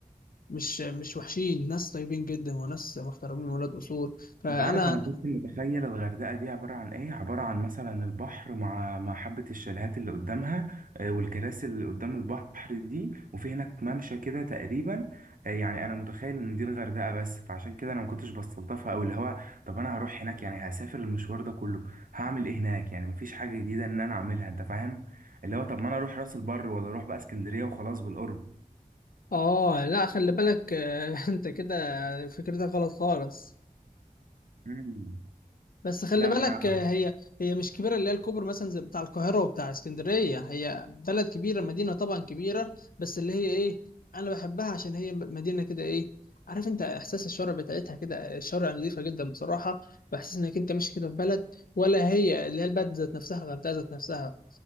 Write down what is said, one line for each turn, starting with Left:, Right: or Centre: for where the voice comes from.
Left: مش مش وحشين ناس طيبين جدا وناس محترمين ولاد أصول فأنا
Right: انت عارف انا كنت متخيل الغردقه دي عباره عن ايه عباره عن مثلا البحر مع مع حبه الشاليهات اللي قدامها آه، والكراسي اللي قدام البحر دي وفي هناك ممشى كده تقريبا آه، يعني انا متخيل ان دي الغردقه بس فعشان كده انا ما كنتش بستلطفها قوي اللي هو طب انا هروح هناك يعني هسافر المشوار ده كله هعمل ايه هناك يعني مفيش حاجه جديده ان انا اعملها انت فاهم اللي هو طب ما انا اروح راس البر ولا اروح بقى اسكندريه وخلاص بالقرب
Left: آه لا خلي بالك <laughs> أنت كده فكرتك غلط خالص
Right: مم.
Left: بس خلي
Right: لا
Left: بالك
Right: ما انا
Left: آه، هي هي مش كبيره اللي هي الكوبر مثلا زي بتاع القاهره وبتاع اسكندريه هي بلد كبيره مدينه طبعا كبيره بس اللي هي ايه انا بحبها عشان هي مدينه كده ايه عارف انت احساس الشوارع بتاعتها كده الشوارع نظيفه جدا بصراحه بحس انك انت ماشي كده في بلد ولا هي اللي هي البلد ذات نفسها الغردقه ذات نفسها